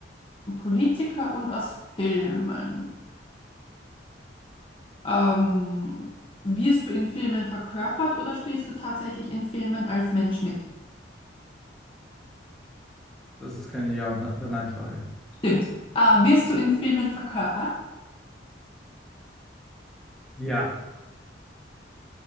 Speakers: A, on the left; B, in the centre.
A: Politiker und aus Filmen. Ähm, wirst du in Filmen verkörpert oder spielst du tatsächlich in Filmen als Mensch mit?
B: das ist keine Ja- und Ne- oder Nein-Frage.
A: Stimmt. Äh, wirst du in Filmen verkörpert?
B: Ja,